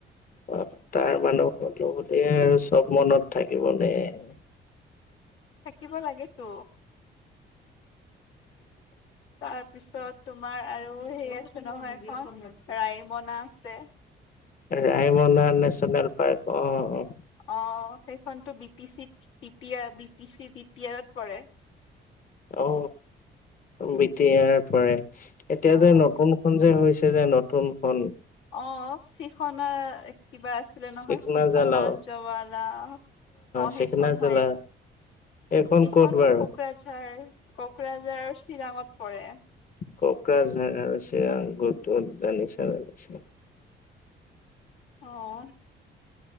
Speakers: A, on the left; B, on the left.
A: অ তাৰ মানুহ হতো বোলিয়ে আৰু চব মনত থাকিব নে। <unintelligible>
B: থাকিব লাগে তো
A: <inaudible>
B: তাৰপিছত তোমাৰ আৰু সেই আছে নহয় এখন ৰাইমনা আছে।
A: ৰায়মনা নেচনেল পাৰ্ক অ'
B: আহ সেইখনতো B T C T B T C B T আৰত পৰে <unintelligible>
A: অ বিটিয়াৰ পৰে এতিয়া
B: অ
A: যে নতুনখন যে হৈছে। যে নতুনখন
B: অ চিখনা কিবা আছিলে নহয়
A: চিকনা
B: চিফনা
A: জালাও
B: জৱালা আহ
A: চিকনা
B: সেইখন
A: জালা
B: হয়ে <unintelligible>
A: এইখন
B: সেইখনো
A: ক'ত বাৰু
B: কোকৰাঝাৰ কোকৰাঝাৰৰ চিৰাঙত পৰে।
A: কোকৰাঝাৰছে আৰু চিৰাং কত জানিছালিছে <unintelligible>
B: অ